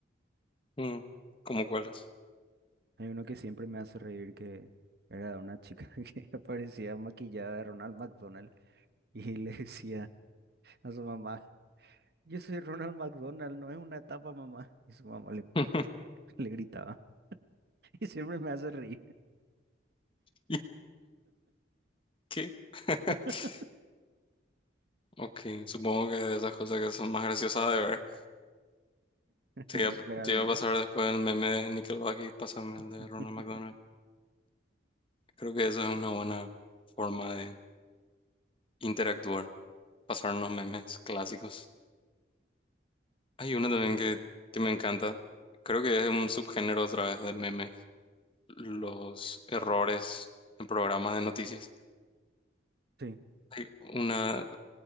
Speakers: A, on the left (about 25°); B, on the right (about 55°).
A: Mm, ¿Cómo cuáles?
B: Hay uno que siempre me hace reír que era de una chica <laughs> que aparecía maquillada de Ronald McDonald y le decía a su mamá, yo soy Ronald McDonald, no es una etapa, mamá. Y su mamá le
A: <laughs>
B: <laughs> le gritaba. Y siempre me hace reír,
A: ¿Y qué? <laughs>
B: <laughs>
A: Ok, supongo que de esas cosas que son más graciosas de ver. Te
B: no
A: iba,
B: legalmente.
A: te iba a pasar después el meme de Nickelback y pásame
B: <laughs>
A: el de Ronald McDonald. Creo que eso es una buena forma de interactuar, pasarnos memes clásicos. Hay uno también que, que me encanta. Creo que es un subgénero otra vez de memes. Los errores en programas de noticias.
B: Sí,
A: Hay una,